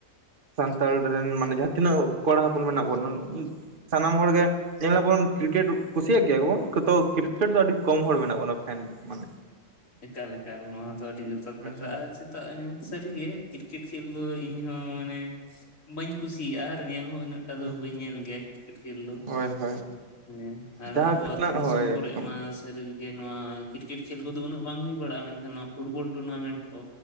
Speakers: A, on the right (about 40°); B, on the left (about 80°).
A: ᱥᱟᱱᱛᱟᱲ ᱨᱮᱱ ᱢᱟᱱᱮ ᱡᱟᱦᱟᱸ ᱛᱤᱱᱟᱹᱜ ᱠᱚᱲᱟ ᱦᱚᱯᱚᱱ ᱢᱮᱱᱟᱜ ᱵᱚᱱ ᱢᱟᱱᱮ ᱥᱟᱱᱟᱢ ᱦᱚᱲᱜᱮ ᱧᱮᱞᱟᱵᱚᱱ ᱠᱤᱨᱠᱮᱴ ᱠᱩᱥᱤᱭᱟᱜ ᱜᱮᱭᱟ ᱠᱚᱵᱚᱱᱚ ᱠᱤᱛᱩ ᱠᱤᱨᱠᱮᱴ ᱫᱚ ᱟᱹᱰᱤ ᱠᱚᱢ ᱦᱚᱲ ᱢᱮᱱᱟᱜ ᱵᱚᱱᱟ ᱯᱷᱮᱱ ᱢᱟᱱᱮ
B: ᱮᱠᱟᱞ ᱮᱠᱟᱞ ᱱᱚᱣᱟ ᱫᱚ ᱟᱹᱰᱤ ᱡᱚᱛᱷᱟᱛ ᱠᱟᱛᱷᱟ,
A: ᱦᱩᱸ
B: ᱟᱨ ᱪᱮᱫ ᱛᱟᱜ ᱦᱮᱸ ᱥᱟᱹᱨᱤᱜᱮ ᱠᱤᱨᱠᱮᱴ ᱠᱷᱮᱞ ᱫᱚ ᱤᱧ ᱦᱚᱸ ᱢᱟᱱᱮ ᱵᱟᱹᱧ ᱠᱩᱥᱤᱭᱟᱜᱼᱟ ᱟᱨ ᱧᱮᱞ ᱦᱚᱸ ᱩᱱᱟᱹᱜ ᱴᱟ
A: ᱦᱩᱸ
B: ᱫᱚ ᱵᱟᱹᱧ ᱧᱮᱞ ᱜᱮᱭᱟ ᱠᱤᱨᱠᱮᱴ ᱠᱷᱮᱞ ᱫᱚ᱾
A: ᱦᱳᱭ ᱦᱳᱭ
B: ᱦᱮᱸ ᱟᱨ
A: ᱡᱟᱦᱟᱸ
B: ᱟᱵᱚ
A: ᱛᱤᱱᱟᱹᱜ
B: ᱟᱹᱛᱩ ᱫᱤᱥᱚᱢ
A: ᱦᱳᱭ
B: ᱠᱚᱨᱮ
A: ᱮᱠᱫᱚᱢ
B: ᱢᱟ ᱥᱟᱹᱨᱤ ᱜᱤ ᱡᱮ ᱱᱚᱣᱟ ᱠᱤᱨᱠᱮᱴ ᱠᱷᱮᱞ ᱠᱚᱫᱚ ᱩᱱᱟᱹᱜ ᱵᱟᱝ ᱦᱩᱭ ᱵᱟᱲᱟᱜᱼᱟ ᱢᱮᱱᱠᱷᱟᱱ ᱱᱚᱣᱟ ᱯᱷᱩᱴᱵᱚᱞ ᱴᱩᱨᱱᱟᱢᱮᱱᱴ ᱠᱚ